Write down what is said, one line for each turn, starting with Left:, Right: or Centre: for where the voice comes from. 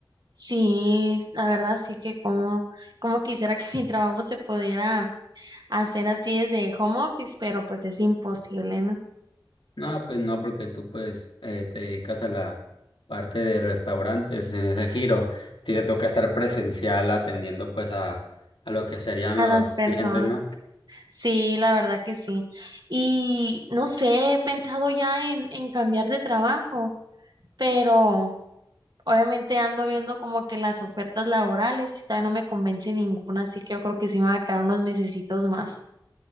Right: Sí, la verdad sí que como, como quisiera que <laughs> mi trabajo se pudiera hacer así desde home office, pero pues es imposible, ¿no?
Left: No, pues no, porque tú pues eh, te dedicas a la parte de restaurantes en ese giro. Sí Te toca estar presencial atendiendo pues a, a lo que serían
Right: A
Left: los
Right: las personas.
Left: clientes, ¿no?
Right: Sí, la verdad que sí. Y no sé, he pensado ya en, en cambiar de trabajo, pero obviamente ando viendo como que las ofertas laborales y todavía no me convence ninguna, así que yo creo que sí me va a quedar unos mesecitos más.